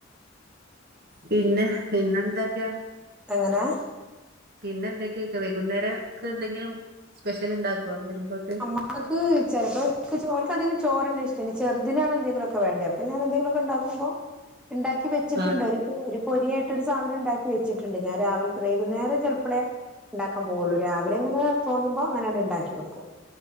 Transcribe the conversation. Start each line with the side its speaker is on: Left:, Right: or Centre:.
Right: പിന്നെ പിന്നെ എന്തൊക്കെയാ
Centre: എങ്ങനെ
Right: പിന്നെ എന്തൊക്കെയൊക്കെ വൈകുന്നേരംക്കെ എന്തെങ്കിലും സ്പെഷ്യൽ ഉണ്ടാക്കുവോ വരുമ്പോ
Centre: അമ്മ നക്ക് ചിലപ്പോ ചോക്ക അധിക ചോറന്ന ഇഷ്ട ഇനി ചെറുതിനാണ് എന്തെങ്കിലൊക്കെ വേണ്ടേ അപ്പൊ ഞാനെന്തെങ്കിലുമൊക്കെ ഉണ്ടാകുമ്പോ
Right: <inaudible>
Centre: ഇണ്ടാക്കി വെച്ചിട്ടുണ്ടോ
Right: ആ
Centre: ഒരു ഒരു പൊരിയായിട്ടൊരു സാധനം ഉണ്ടാക്കി വെച്ചിട്ടുണ്ട് ഞാൻ രാവിലത്തെ വൈകുന്നേരം ചിലപ്പളെ ഉണ്ടാക്കാൻ പോവുള്ളൂ രാവിലെ അങ്ങനെ തോന്നുമ്പോൾ അങ്ങനെണ്ട് ഉണ്ടാക്കി വെക്കും